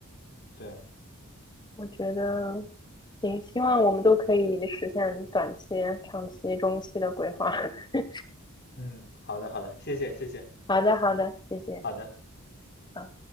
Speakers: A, on the left (about 50°); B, on the left (about 20°).
A: 对，
B: 我觉得
A: 嗯
B: 行，希望我们都可以实现短期、长期、中期的规划。<laughs>
A: 嗯，好的好的，谢谢谢谢，
B: 好的，
A: 嗯，
B: 好的，谢谢。
A: 好的。
B: 好。